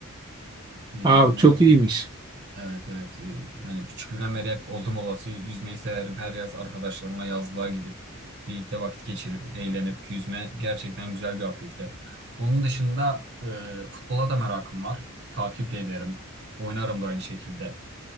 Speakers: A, on the right; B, on the right.
A: Ee, Yüzmeye
B: Aa, çok
A: olan
B: iyiymiş.
A: Evet evet Ee, yani küçüklüğümden beri hep oldum olası yüzmeyi severim. Her yaz arkadaşlarımla yazlığa gidip birlikte vakit geçirip eğlenip yüzme gerçekten güzel bir aktivite. Onun dışında e, futbola da merakım var. Takip de ederim. Oynarım da aynı şekilde.